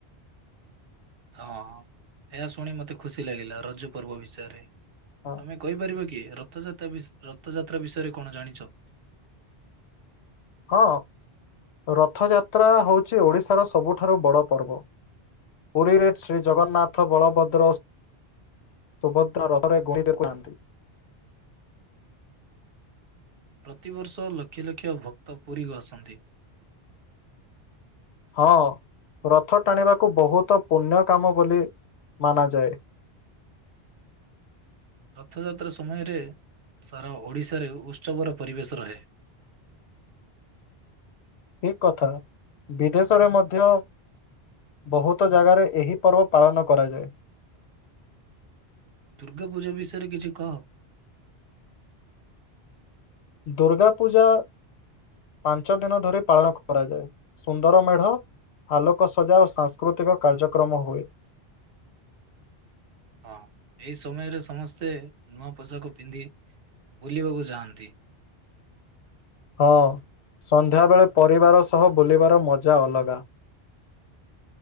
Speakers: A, on the right; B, on the left.
A: ହଁ ଏହା ଶୁଣି ମତେ ଖୁସି ଲାଗିଲା! ରଜ ପର୍ବ ବିଷୟରେ।
B: ହଁ
A: ତମେ କହିପାରିବ କି ରଥଯାତ୍ରା ବିଷ ରଥଯାତ୍ରା ବିଷୟରେ କଣ ଜାଣିଛ?
B: ହଁ ରଥଯାତ୍ରା ହଉଛି ଓଡିଶାର ସବୁଠାରୁ ବଡ ପର୍ବ। ପୁରୀରେ ଶ୍ରୀ ଜଗନ୍ନାଥ, ବଳଭଦ୍ର ସୁଭଦ୍ରା ରଥରେ <inaudible> ଦେଖୁ ନାହାନ୍ତି
A: ପ୍ରତିବର୍ଷ ଲକ୍ଷ ଲକ୍ଷ ଭକ୍ତ ପୁରୀକୁ ଆସନ୍ତି।
B: ହଁ ରଥ ଟାଣିବାକୁ ବହୁତ ପୁଣ୍ୟ କାମ ବୋଲି ମାନାଯାଏ।
A: ରଥଯାତ୍ରା ସମୟରେ ସାରା ଓଡ଼ିଶାରେ ଉତ୍ସବର ପରିବେଶ ରହେ।
B: ଠିକ କଥା ବିଦେଶରେ ମଧ୍ୟ ବହୁତ ଜାଗାରେ ଏହି ପର୍ବ ପାଳନ କରାଯାଏ।
A: ଦୁର୍ଗା ପୂଜା ବିଷୟରେ କିଛି କହ?
B: ଦୁର୍ଗା ପୂଜା ପାଞ୍ଚ ଦିନ ଧରି ପାଳନ କରାଯାଏ ସୁନ୍ଦର ମେଢ଼ ଆଲୋକ ସଜା ଓ ସାଂସ୍କୃତିକ କାର୍ଯ୍ୟକ୍ରମ ହୁଏ।
A: ହାଁ, ଏହି ସମୟରେ ସମସ୍ତେ ନୂଆ ପୋଷାକ ପିନ୍ଧି ବୁଲିବାକୁ ଯାଆନ୍ତି।
B: ହଁ, ସନ୍ଧ୍ୟାବେଳେ ପରିବାର ସହ ବୁଲିବାର ମଜା ଅଲଗା,